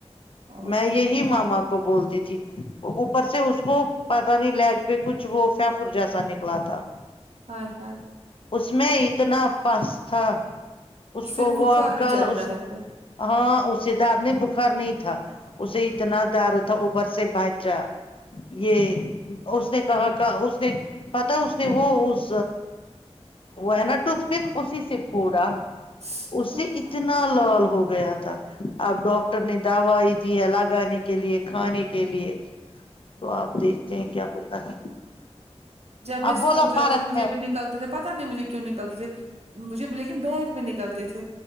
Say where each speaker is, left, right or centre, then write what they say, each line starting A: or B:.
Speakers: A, on the right; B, on the left.
A: اور
B: میں یہی
A: کیا
B: ماما کو بولتی تھی اوپر سے اس کو پتا نہیں لیگ پہ کچھ وہ فیفر جیسا نکلا تھا
A: آے ہائے
B: اس میں اتنا پس تھا اس
A: سے
B: کو
A: بخار
B: وہ اب
A: بھی
B: کل
A: چڑھتا
B: اس
A: ہے
B: ہاں اسے درد می بخار نہیں تھا اسے اتنا درد تھا اوپر سے بچا یہ اس نے کہا کہ اس نے پتا اس نے وہ اس وہ ہے نا ٹوتھ پک اسی سے پھوڑا
A: پھر
B: اس سے اتنا لال ہو گیا تھا اب ڈاکٹر نے دوائی دی ہے لگانے کے لیے کھانے کے لیے تو آپ دیکھتے ہیں کیا ہوتا ہے
A: جب میں
B: اب
A: اسکول
B: بولا
A: جاتی
B: فارق
A: تھی مجھے بھی نکلتے تھے پتا نہیں مجھے کیوں نکلتے تھے مجھے لیکن بیک پہ نکلتے تھے